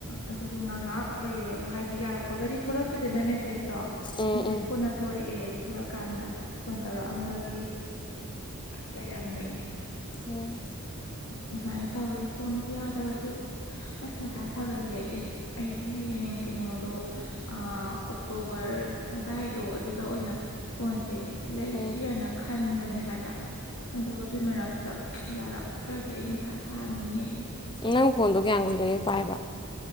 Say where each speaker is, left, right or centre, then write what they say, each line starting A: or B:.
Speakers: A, on the left (about 80°); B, on the left (about 20°).
A: ꯑꯗꯨꯁꯨ ꯉꯥꯏꯍꯥꯛ ꯂꯩꯔꯒ ꯍꯥꯏꯗꯤ ꯌꯥꯔꯛꯄꯒꯗꯤ ꯊꯣꯛꯂꯛꯇꯦꯗꯅ ꯃꯦꯁꯦꯁꯇꯣ
B: ꯎꯝ
A: ꯦꯁ
B: ꯎꯝ
A: ꯀꯣꯟꯅ ꯊꯣꯔꯛꯑꯦ ꯑꯗꯨ ꯊꯂꯛꯑꯀꯥꯟꯗ ꯐꯣꯟ ꯇꯧꯔꯛꯑꯝꯕꯒꯤ ꯂꯩꯔꯝꯃꯦ
B: ꯎꯝ
A: ꯑꯗꯨꯃꯥꯏꯅ ꯇꯧꯔꯦ ꯐꯣꯟꯁꯦ ꯌꯥꯗꯕꯁꯦ ꯑꯁ ꯃꯊꯥ ꯁꯥꯒꯠꯂꯛꯑꯦ ꯑꯩ ꯑꯩꯗꯤ ꯍꯩꯡ ꯍꯌꯦꯡ ꯀꯩꯅꯣꯗꯣ ꯑꯣꯛꯇꯣꯕꯔ ꯑꯗꯨꯗꯥꯋꯥꯏꯗꯣ ꯑꯗꯨꯗ ꯑꯣꯏꯅ ꯐꯣꯟꯁ ꯂꯩꯁꯤ
B: ꯎꯝ
A: ꯍꯥꯏꯅ ꯈꯟꯕꯅꯦ ꯍꯥꯏꯕ ꯑꯗꯣ ꯑꯗꯨꯏ ꯃꯔꯛꯇ ꯌꯥꯔꯛ ꯅꯠꯇ꯭ꯔꯗꯤ ꯑꯩ ꯃꯊꯥ ꯁꯥꯅꯤꯌꯦ
B: ꯅꯪ ꯐꯣꯟꯗꯣ ꯀꯌꯥꯝ ꯀꯨꯏꯗꯒꯦ ꯄꯥꯏꯕ